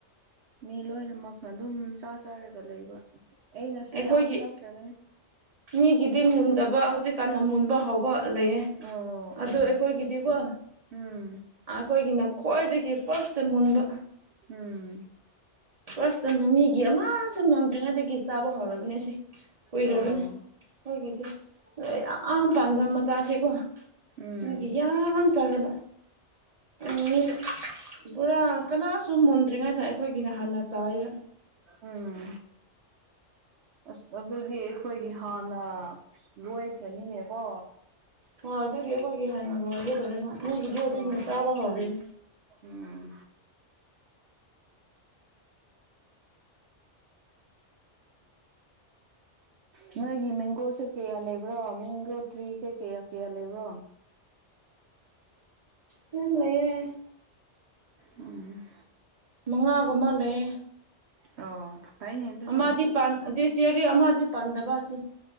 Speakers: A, on the right (about 70°); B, on the right (about 35°).
A: ꯃꯤ ꯂꯣꯏꯅꯃꯛꯅ ꯑꯗꯨꯝ ꯆꯥ ꯆꯥꯔꯒ ꯂꯩꯕ ꯑꯩꯅꯁꯨ
B: ꯑꯩꯈꯣꯏꯒꯤ
A: ꯌꯥꯝ ꯆꯥꯈ꯭ꯔꯕꯅꯤ
B: ꯃꯤꯒꯤꯗꯤ ꯃꯨꯟꯗꯕ ꯍꯧꯖꯤꯛꯀꯥꯟꯅ ꯃꯨꯟꯕ ꯍꯥꯎꯕ ꯂꯩꯌꯦ
A: ꯑꯣ
B: ꯑꯗꯣ
A: ꯑꯣ
B: ꯑꯩꯈꯣꯏꯒꯤꯗꯤꯀꯣ
A: ꯎꯝ
B: ꯑꯩꯈꯣꯏꯒꯤꯅ ꯈ꯭ꯋꯥꯏꯗꯒꯤ ꯐꯥꯔꯁꯇ ꯃꯨꯟꯕ
A: ꯎꯝ
B: ꯐꯥꯔꯁꯇ ꯃꯤꯒꯤ ꯑꯃꯁꯨ ꯃꯣꯟꯗ꯭ꯔꯤꯉꯩꯗꯒꯤ ꯆꯥꯕ ꯍꯧꯔꯕꯅꯦꯁꯦ ꯀꯨꯏꯔꯕꯅꯦ
A: ꯑꯣ
B: ꯑꯩꯈꯣꯏꯒꯤꯁꯦ ꯑꯗ ꯌꯥꯝ ꯄꯥꯟꯕ ꯃꯆꯥꯁꯤꯀꯣ
A: ꯎꯝ
B: ꯅꯣꯏꯒꯤ ꯌꯥꯝ ꯆꯥꯔꯕ ꯎ <unintelligible> ꯄꯨꯔꯥ ꯀꯅꯥꯁꯨ ꯃꯨꯟꯗ꯭ꯔꯤꯉꯩꯗ ꯑꯩꯈꯣꯏꯒꯤꯅ ꯍꯥꯟꯅ ꯆꯥꯏꯌꯦꯕꯥ
A: ꯎꯝ ꯑ ꯑꯗꯨꯗꯤ ꯑꯩꯈꯣꯏꯒꯤ ꯍꯥꯟꯅ ꯂꯣꯏꯈ꯭ꯔꯅꯤꯅꯦꯀꯣ
B: ꯍꯣꯏ ꯑꯗꯨꯒꯤ ꯑꯈꯣꯏꯒꯤ ꯍꯥꯟꯅ ꯂꯣꯏꯒꯗꯧꯔꯤꯕ ꯃꯤꯒꯤꯗꯤ ꯍꯧꯖꯤꯛꯅ
A: ꯑꯣ
B: ꯆꯥꯕ ꯍꯧꯔꯤꯅꯤ
A: ꯎꯝ ꯅꯣꯏꯒꯤ ꯃꯦꯡꯒꯣꯁꯨ ꯀꯌꯥ ꯂꯩꯕ꯭ꯔꯣ ꯃꯤꯡꯒꯣ ꯇ꯭ꯔꯤꯁꯦ ꯀꯌꯥ ꯀꯌꯥ ꯂꯩꯕ꯭ꯔꯣ
B: ꯃꯌꯥꯝ ꯂꯩꯌꯦ
A: ꯎꯝ
B: ꯃꯉꯥꯒꯨꯝꯕ ꯂꯩꯌꯦ
A: ꯑꯣ ꯐꯩꯅꯦ ꯑꯗꯨꯗꯤ
B: ꯑꯃꯗꯤ ꯄꯥꯟ ꯗꯤꯁ ꯏꯌꯔꯗꯤ ꯑꯃꯗꯤ ꯄꯥꯟꯗꯕ ꯑꯁꯤ